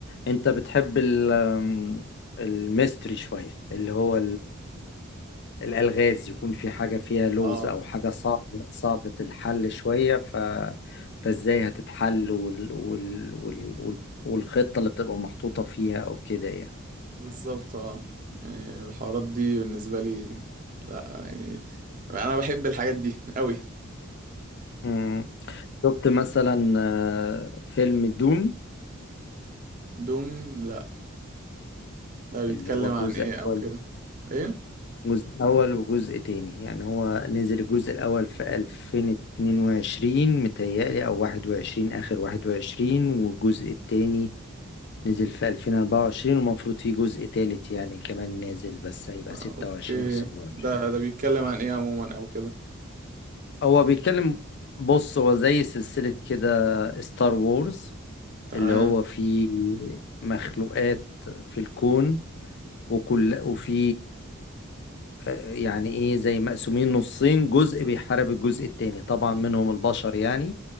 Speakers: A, on the left (about 55°); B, on the right (about 40°).
A: انت بتحب ال- آم، الميستري شوية اللي هو الألغاز يكون في حاجة فيها لغز
B: اه
A: أو حاجة صعبة صعبة الحل شوية ف... فإزاي هتتحل وال... وال... وال... وال... والخطة اللي بتبقى محطوطة فيها أو كده يعني
B: بالظبط اه يعني الحوارات دي بالنسبة لي لا يعني انا بحب الحاجات دي قوي
A: مم. شفت مثلا آه، فيلم دون
B: دوم لا ده بيتكلم
A: اللي هو جزء
B: عن ايه او
A: أول
B: كده ايه
A: جزء أول وجزء تاني يعني هو نزل الجزء الأول في 2022 متهيألي أو 21 آخر 21 والجزء التاني نزل في 2024 ومفروض في جزء تالت يعني كمان نازل بس هيبقى
B: آه،
A: 26
B: اوكي
A: أو 27
B: ده ده بيتكلم عن ايه عموما او كده
A: هو بيتكلم بص هو زي سلسلة كده ستار وورز
B: تمام
A: اللي هو فيه مخلوقات في الكون وكل وفي آه، يعني ايه زي مقسومين نصين جزء بيحارب الجزء التاني طبعا منهم البشر يعني